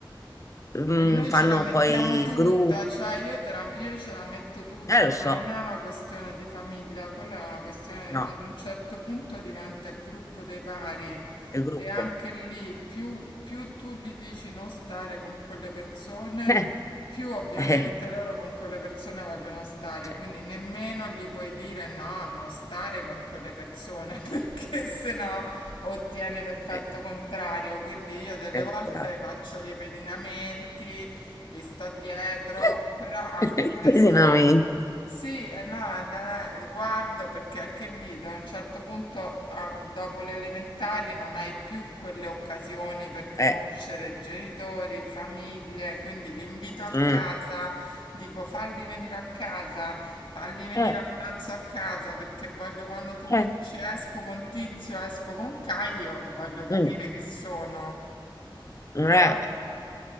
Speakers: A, on the left (about 40°); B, on the left (about 80°).
A: mm,
B: E noi
A: fanno
B: ce la mettiamo
A: poi
B: tutta,
A: il gruppo,
B: cioè io, te la- io ce la metto tutta,
A: eh lo so,
B: ma non è una questione di famiglia, quella è una questione,
A: no,
B: ad un certo punto diventa il gruppo dei pari
A: il gruppo.
B: e anche lì più, più tu gli dici non stare con quelle persone,
A: <laughs>
B: più ovviamente
A: Eh, eh,
B: loro con quelle persone vogliono stare,
A: cioè,
B: quindi nemmeno gli puoi dire no, non stare con quelle persone, <laughs> perché se no
A: no.
B: ottieni l'effetto
A: Eh,
B: contrario. Quindi io delle
A: esatto.
B: volte faccio i pedinamenti, gli sto dietro,
A: <laughs>
B: però anche questo
A: Pesinamento.
B: sì, e no, è da- eh, guardo perché anche lì da un certo punto, ah, dopo le elementari, non hai più quelle occasioni per conoscere
A: Eh,
B: genitori, famiglie, quindi l'invito a
A: mm,
B: casa, dico falli venire a casa Falli venire
A: eh,
B: a pranzo a casa perché voglio quando tu mi
A: eh,
B: dici esco con Tizio, esco con Caio, voglio capire
A: mm,
B: chi sono,
A: eh.
B: però